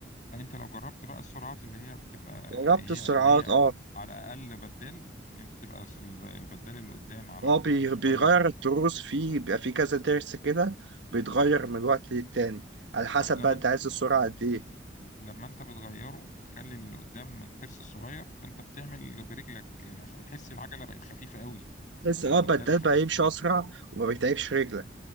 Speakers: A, on the left; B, on the right.
A: انت لو جربت بقى السرعات اللي هي بتبقى
B: جربت
A: هي
B: السرعات
A: اللي هي
B: اه
A: على اقل بدال ان انت تبقى الس- الب- البدال اللي قدام على
B: اه
A: الترس
B: بي-
A: الصغير
B: بيغير التروس فيه بيبقى فيه كذا ترس كده بيتغير
A: ف-
B: من وقت للتاني على حسب
A: آه، لما
B: بقى انت
A: انت
B: عايز السرعة قد ايه
A: لما انت بتغيره وتخلي اللي قدام الترس الصغير فانت بتعمل برجلك بتحس العجله بقت خفيفه قوي
B: بس
A: يعني
B: اه
A: بدال
B: بدل
A: خفيف
B: بقى يمشي اسرع وما بيتعبش رجلك